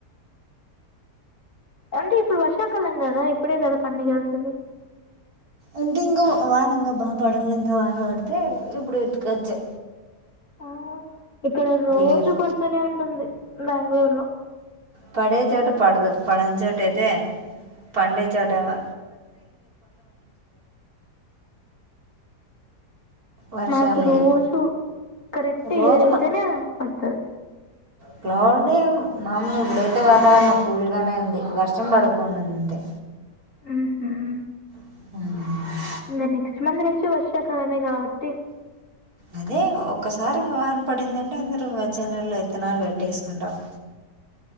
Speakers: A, on the left (about 50°); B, on the right (about 60°).
A: అంటే ఇప్పుడు వర్షాకాలం గదా ఇప్పుడే కదా పండియాల్సింది.
B: అంటే ఇంకా వాన ఇంగా బా పడలా ఇంకా వాన పడితే ఇప్పుడు ఎత్తుకొచ్చు.
A: ఆ ఇక్కడ రోజు
B: లేదు
A: పడుతూనే ఉంటుంది బెంగళూరు లో
B: పడే చోట పడదు పడని చోట అయితే పండే చోట ఏమో వర్షాలు
A: మాకు
B: లేవు
A: రోజు కరెక్ట్
B: రోజు
A: ఏడు అయితేనే
B: మా
A: పడతది
B: క్లౌడ్ నే మామూలుగా ఇప్పుడైతే వాతావరణం కూల్గానే ఉంది వర్షం పడుకుండాంది అంతే
A: ఉహుమ్
B: ఆహ
A: ఇంకా నెక్స్ట్ మంత్ నుంచి వర్షాకాలమే కాబట్టి
B: అదే ఒక్కసారి ఇంకా వాన పడిందంటే అందరు ఇక వచ్చే నెలలో విత్తనాలు పెట్టేసుకుంటారు